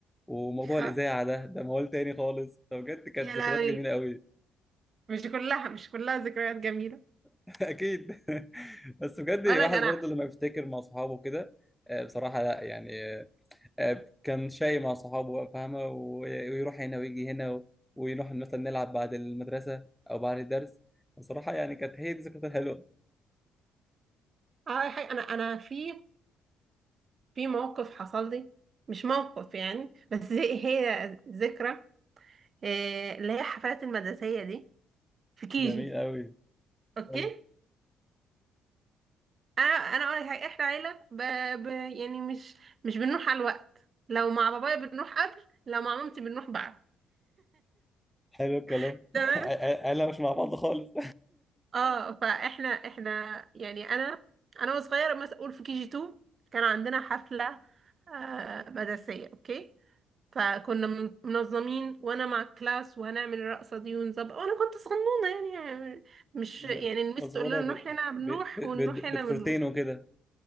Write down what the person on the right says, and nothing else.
خ...
يا لهوي
مش كلها مش كلها ذكريات جميلة
اقول لك انا
اه حي... انا انا في في موقف حصل لي مش موقف يعني بس هي هي ذكرى آه، اللي هي الحفلات المدرسية دي في كيجي
اوكي
انا انا اقول لك حاجة، احنا عيلة ب... ب... يعني مش مش بنروح على الوقت لو مع بابايا بنروح قبل لو مع مامتي بنروح بعد
<laughs>
تمام
اه فاحنا احنا يعني انا انا وصغيره مثلا اقول في كي جي 2 كان عندنا حفله آه مدرسيه اوكي فكنا من- منظمين وانا مع الكلاس وهنعمل الرقصه دي ونظبط وانا كنت صغنونه يعني, يعني
مش
يعني المس
تقول لنا نروح
هنا بنروح
ونروح
هنا
بنروح